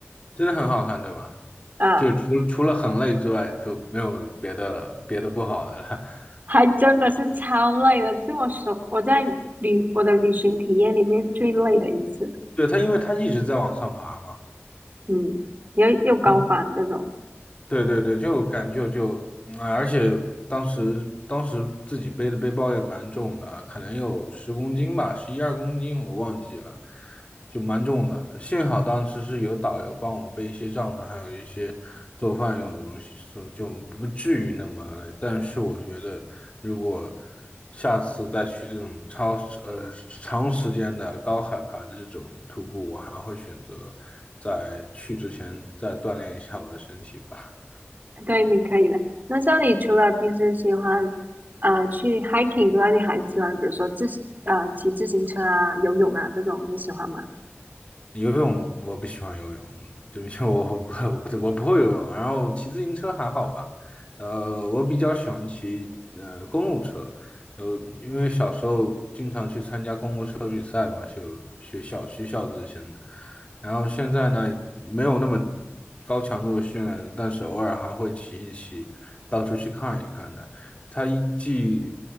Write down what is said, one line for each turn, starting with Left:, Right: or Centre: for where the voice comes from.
Left: 真的很好看，对吧？
Right: 啊。
Left: 就除除了很累之外，就没有别的别的不好的了。<laughs>
Right: 还真的是超累的，是我所我在旅我的旅行体验里面最累的一次。
Left: 对，他，因为他一直在往上爬嘛。
Right: 嗯，又又高反这种，
Left: 嗯对对对，就感觉就，嗯，而且当时当时自己背的背包也蛮重的，可能有十公斤吧，十一二公斤我忘记了，就蛮重的。幸好当时是有导游帮我们背一些帐篷，还有一些做饭用的东西，所以就不至于那么累。但是我觉得，如果下次再去这种超呃长时间的高海拔的这种徒步，我还会选择在去之前再锻炼一下我的身体吧。
Right: 对，你可以的。那像你除了平时喜欢呃去 hiking 之外，你还喜欢比如说自行呃骑自行车啊、游泳啊这种，你喜欢吗？
Left: 游泳我不喜欢游泳，<laughs> 对不起，我我不我不我不会游泳。然后骑自行车还好吧，呃，我比较喜欢骑呃公路车，呃，因为小时候参加公路车比赛嘛，就学校学校之前的。然后现在呢，没有那么高强度的训练了但是偶尔还会骑一骑，到处去看一看的。他一既